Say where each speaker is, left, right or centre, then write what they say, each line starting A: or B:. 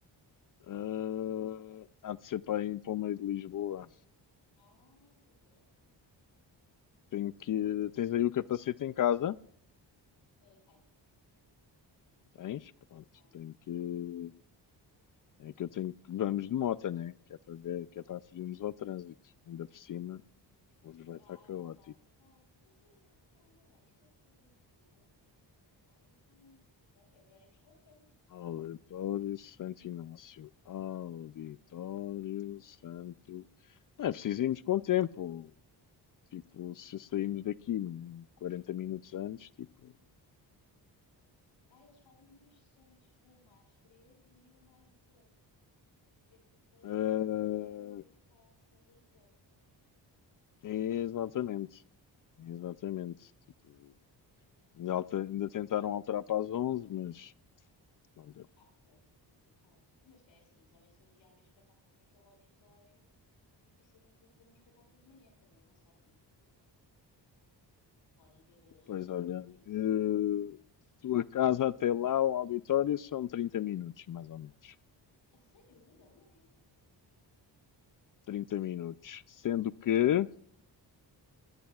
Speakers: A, on the left (about 45°); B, on the left (about 85°).
A: Ah, há de ser para ir para o meio de Lisboa.
B: Ah, pois é.
A: Tenho que... Tens aí o capacete em casa?
B: Eh, tenho,
A: Tens? Pronto.
B: tenho.
A: Tenho que. É que eu tenho que. Vamos de moto, né? Que é para ver, que é para fugirmos ao trânsito. Ainda por cima, Hoje vai
B: Ah,
A: estar caótico.
B: vai estar o caos. Pois é, então olha lá, isto é no meio de Lisboa. Ai, mas pronto, é melhor irmos com o tempo.
A: Auditório Santo Inácio. Auditório Santo. Não é preciso irmos com o tempo. Tipo, se sairmos daqui 40 minutos antes, tipo.
B: Ah, eles fazem duas sessões, uma às 13 e uma às 18. Sendo que o colégio
A: ah,
B: da, da Matilde vai à sessão das 18.
A: exatamente. Exatamente. Tipo, ainda, alta- ainda tentaram alterar para as 11, mas não deu.
B: Ah, pois é complicado. Mas é assim, também se hoje ia haver espetáculos naquele auditório, dificilmente iam ter um espetáculo de manhã. Quer dizer, não sei, né? Podem ter eh,
A: Pois
B: um espetáculo
A: olha,
B: fixo,
A: de
B: realmente.
A: tua casa até lá, o auditório, são 30 minutos, mais ou menos.
B: A sério, ainda é longe?
A: 30 minutos. Sendo que.